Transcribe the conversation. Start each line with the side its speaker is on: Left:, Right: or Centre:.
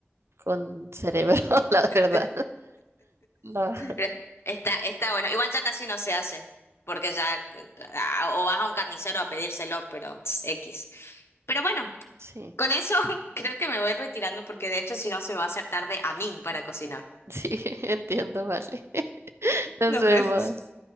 Right: con cerebro, <laughs> la
Left: <laughs>
Right: verdad. No,
Left: Pero está, está bueno. Igual ya casi no se hace, porque ya eh, ah, o vas a un carnicero a pedírselo, pero tss, X. Pero bueno,
Right: sí,
Left: con eso <laughs> creo que me voy retirando porque de hecho si no se va a hacer tarde a mí para cocinar.
Right: sí, <laughs> entiendo, vale. <laughs> Nos
Left: Nos
Right: vemos.
Left: vemos.